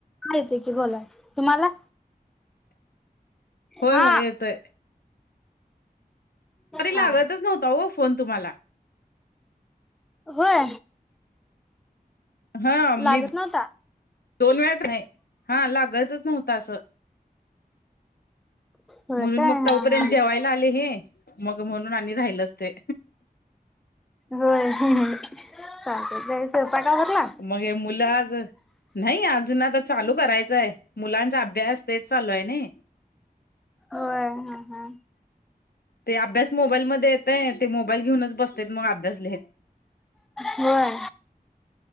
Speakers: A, in the centre; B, on the left (about 80°).
A: का येत की बोला तुम्हाला
B: होय
A: हा
B: होय येतोय तरी लागतच
A: हा
B: नव्हता हो फोन तुम्हाला
A: होय
B: हा म्म
A: लागत नव्हता
B: दोन वेळात नाही हा लागायचच नव्हतं असं
A: होय
B: म्हणून
A: काय
B: मग तोपर्यंत
A: हा हा
B: जेवायला आले हे मग म्हणून आणि राहिलंच ते
A: होय चालत सोफा का भरला
B: मग मुलं आज नाही अजून आता चालू करायचंय मुलांचा अभ्यास तेच चालू आहे ना
A: होय हंहं
B: ते अभ्यास मोबाईलमध्येध्ये येतय ते मोबाईल घेऊनच बसते मग अभ्यास लिहेत
A: होय